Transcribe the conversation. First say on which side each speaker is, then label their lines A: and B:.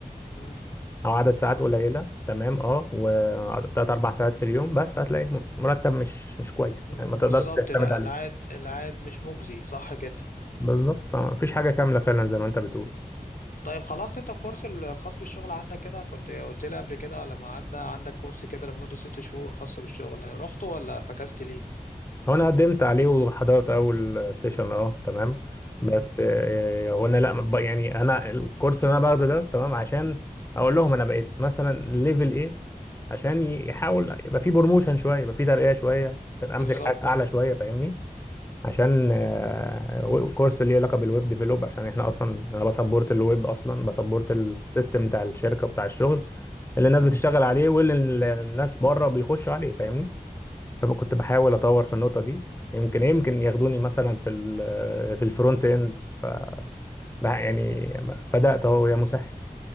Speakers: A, on the left; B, on the left.
A: مم،
B: او عدد ساعات قليله تمام اه وثلاث اربع ساعات في اليوم بس هتلاقي م- مرتب مش مش كويس
A: مم،
B: يعني ما تقدرش
A: بالظبط
B: تعتمد
A: لا
B: عليه
A: العائد العائد مش مجزي صح كده
B: بالظبط فمفيش حاجه كامله فعلا زي ما انت بتقول
A: طيب خلاص انت الكورس الخاص بالشغل عندك كده كنت قلت لي قبل كده لما قعدنا عندك كورس كده لمدة ست شهور خاص بالشغل رحت ولا فكست ليه
B: هو انا قدمت عليه وحضرت اول سيشن اه تمام
A: مم.
B: بس آه، آه، هو انا لا ب- يعني انا الكورس اللي انا باخده ده تمام عشان اقول لهم انا بقيت مثلا ليفل ايه عشان يحاول يبقى في بروموشن شويه يبقى في ترقيه شويه عشان
A: بالظبط
B: امسك حاجه اعلى شويه فاهمني عشان آه، و- كورس اللي ليه علاقه بالويب ديفلوب عشان احنا اصلا
A: مم.
B: انا بسبورت الويب اصلا بسبورت السيستم
A: مم.
B: بتاع الشركه بتاع الشغل اللي الناس بتشتغل عليه واللي ال- الناس بره بيخشوا عليه فاهمني فكنت بحاول اطور في النقطه دي يمكن يمكن ياخدوني مثلا في ال- في الفرونت اند ف بح- يعني بدات اهو يا مسهل